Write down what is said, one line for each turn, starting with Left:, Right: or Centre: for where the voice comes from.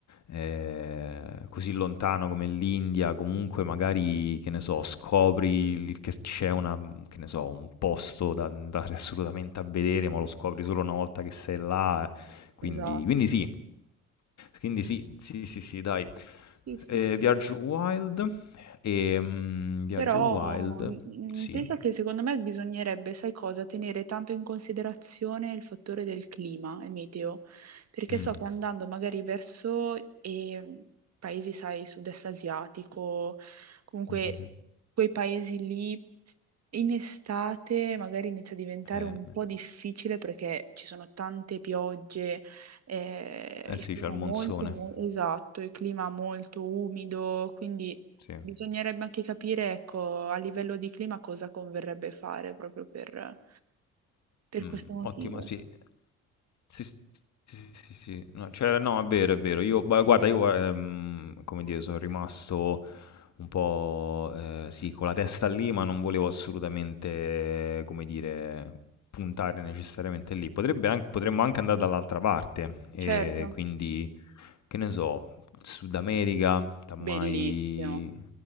Left: eh, così lontano come l'India, comunque magari, che ne so, scopri il- che c'è una, che ne so, un posto da da andare assolutamente a vedere, ma lo scopri solo una volta che sei là, quindi,
Right: Esatto.
Left: quindi sì. Quindi sì, sì, sì, sì, dai.
Right: Sì, sì,
Left: Eh,
Right: sì.
Left: Viaggio Wild e mm, Viaggio
Right: Però
Left: Wild,
Right: mm, mm,
Left: sì.
Right: penso che secondo me bisognerebbe, sai cosa, tenere tanto in considerazione il fattore del clima, il meteo, perché
Left: Mm.
Right: so che andando magari verso eh, paesi, sai, sud-est asiatico, comunque
Left: Mhm.
Right: quei paesi lì s- in estate magari inizia a diventare
Left: Eh,
Right: un po' difficile perché ci sono tante piogge, eh,
Left: eh
Right: il
Left: sì,
Right: clima
Left: c'è il monsone,
Right: molto, esatto, il clima molto umido, quindi...
Left: sì.
Right: Bisognerebbe anche capire, ecco, a livello di clima cosa converrebbe fare proprio per, per
Left: Mh,
Right: questo motivo.
Left: ottima sì. Sì, sì, sì, sì, sì. No, c'era no, è vero, è vero. Io ma guarda, io, ehm, come dire, sono rimasto un po', ehm, sì, con la testa lì, ma non volevo assolutamente, come dire, puntare necessariamente lì. Potrebbe anc potremmo anche andare dall'altra parte, ehm,
Right: Certo,
Left: quindi, che ne so, Sud America, tammai
Right: bellissimo.